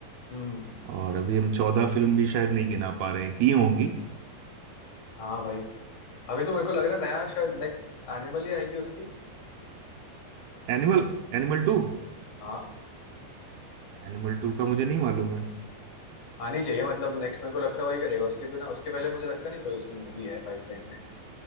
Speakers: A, on the left (about 45°); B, on the right (about 75°).
A: हम्म
B: और अभी हम चौदह फिल्म भी शायद नहीं गिना पा रहे हैं की होंगी
A: हाँ भाई अभी तो मेरे को लग रहा है नया शायद नेक्स्ट एनिमल ही आएगी उसकी
B: Animal Animal two
A: हाँ
B: Animal two का मुझे नहीं मालूम है
A: आनी चाहिए मतलब नेक्स्ट मेरे को लगता है वही करेगा उसके बिना उसके पहले मुझे लगता नहीं कोई उसकी मूवी है पाइपलाइन